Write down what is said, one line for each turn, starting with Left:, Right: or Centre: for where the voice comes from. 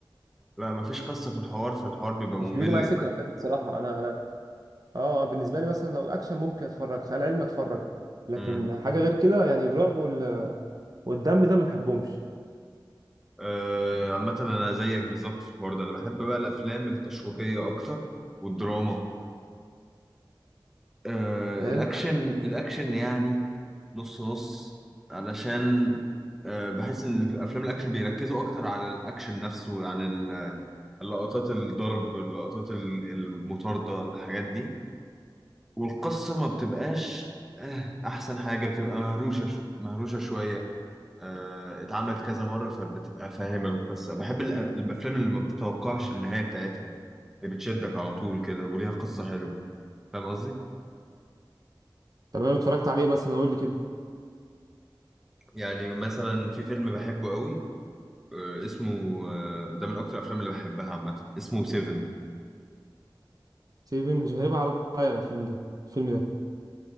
Centre: لا مفيش قصه في الحوار فالحوار بيبقى
Right: مش
Centre: ممل
Right: بيجوا معايا سكه الافلام دي بصراحه انا انا اه بالنسبه لي مثلا لو اكشن ممكن اتفرج خيال علمي اتفرج لكن
Centre: مم.
Right: حاجه غير كده يعني الرعب وال... والدم ده ما بحبهمش
Centre: أه عامه انا زيك بالظبط في الحوار ده انا بحب بقى الافلام التشويقيه اكتر والدراما آه
Right: حلو
Centre: الاكشن الاكشن يعني نص نص علشان آه بحس ان في افلام الاكشن بيركزوا اكتر على الاكشن نفسه عن ال- اللقطات الضرب اللقطات ال- المطاردة الحاجات دي والقصة ما بتبقاش آه احسن حاجة بتبقى مهروشة ش- مهروشة شوية آه اتعملت كذا مرة فبتبقى فاهم القصة بحب ال- الافلام اللي ما بتتوقعش النهاية بتاعتها اللي بتشدك على طول كده وليها قصة حلوة فاهم قصدي؟
Right: تمام اتفرجت عليه مثلا قول لي كده
Centre: يعني مثلا في فيلم بحبه قوي آه، اسمه آه، ده من اكتر الافلام اللي بحبها عامه اسمه سيفن
Right: سيفن مش غريب عليا الافلام ده الفيلم ده